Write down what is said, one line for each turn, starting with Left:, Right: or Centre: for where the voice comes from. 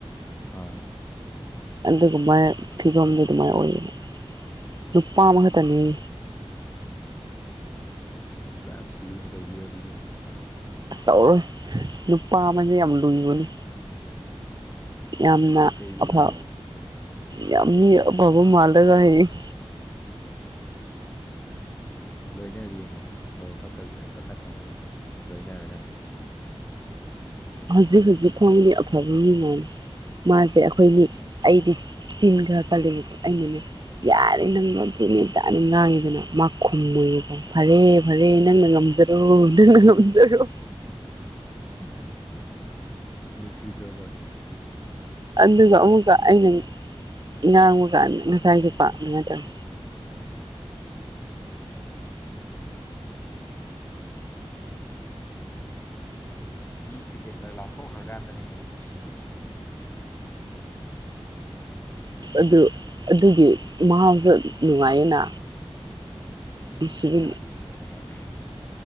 Left: ꯑꯥ
Right: ꯑꯗꯨꯒꯨ ꯃꯥꯏꯅ ꯐꯤꯕꯝꯗꯨ ꯑꯗꯨꯃꯥꯏꯅ ꯑꯣꯏꯌꯦꯕ ꯅꯨꯄꯥ ꯑꯃꯈꯛꯇꯅ‌ꯦ
Left: ꯁ‌ꯦꯖ ꯂꯨꯅ ꯇꯧꯕꯤꯌꯨ ꯑꯗꯨꯗꯤ
Right: ꯑꯁ ꯇꯧꯔꯣꯏ ꯅꯨꯄꯥ ꯑꯃꯅ ꯌꯥꯝ ꯂꯨꯕꯅꯤ ꯌꯥꯝꯅ
Left: ꯀꯩꯒꯤꯅꯣ
Right: ꯑꯐ
Left: ꯍꯥꯏꯁꯦ
Right: ꯌꯥꯝ ꯃꯤ ꯑꯐꯕ ꯃꯥꯜꯂꯒ ꯍꯌꯦꯡ
Left: ꯂꯣꯏꯅꯔ ꯌꯦꯡꯉꯣ ꯑꯐꯕ ꯐꯠꯇꯕꯁꯨ ꯂꯣꯏꯅ ꯇꯞꯅ ꯈꯪꯉꯛꯑꯅꯤ ꯂꯣꯏꯅꯔꯀꯥꯟꯗ
Right: ꯍꯧꯖꯤꯛ ꯍꯧꯖꯤꯛ ꯐꯥꯎꯗꯤ ꯑꯐꯕ ꯃꯤ ꯉꯥꯜꯂ‌ꯦ ꯃꯥꯁꯦ ꯑꯩꯈꯣꯏꯒꯤ ꯑꯩꯗꯤ ꯆꯤꯟ ꯈꯔ ꯀꯜꯂꯦꯕꯀꯣ ꯑꯩꯅꯅꯦ ꯌꯥꯔꯦ ꯅꯪ ꯑꯗꯨꯅꯤ ꯑꯗꯥꯅꯤ ꯉꯥꯡꯉ‌ꯦꯗꯅ ꯃꯥ ꯈꯨꯝꯃ‌ꯣꯏꯕꯀꯣ ꯐꯔꯦ ꯐꯔꯦ ꯅꯪꯅ ꯉꯝꯖꯔꯣ ꯅꯪꯅ ꯉꯝꯖꯔꯣ
Left: <unintelligible> ꯅꯨꯡꯁꯤꯗ꯭ꯔ‌ꯣ ꯑꯗ‌ꯣ
Right: ꯑꯗꯨꯒ ꯑꯃꯨꯛꯀ ꯑꯩꯅ ꯉꯥꯡꯕ ꯀꯥꯟꯗ ꯉꯁꯥꯏꯁꯨꯀ‌ꯣ ꯑꯗꯨꯃꯥꯏꯅ ꯇꯧꯔ
Left: ꯃꯤꯁꯦ ꯀꯩ ꯍꯥꯏꯇꯥꯔ‌ꯦ ꯂꯥꯞꯊꯣꯛꯈ꯭ꯔ ꯀꯥꯟꯗꯅ ꯍꯦꯟꯅ ꯅꯨꯡꯁꯤꯕ ꯍꯦꯟꯕꯅꯤꯀꯣ
Right: ꯑꯁ ꯑꯗꯨ ꯑꯗꯨꯒꯤ ꯃꯍꯥꯎꯁꯨ ꯅꯨꯡꯉꯥꯏꯌꯦꯅ
Left: ꯏꯁ
Right: ꯅꯨꯡꯁꯤꯕ
Left: ꯑꯗꯨ ꯅꯨꯡꯉꯥꯏ ꯍꯥꯏꯌ‌ꯦ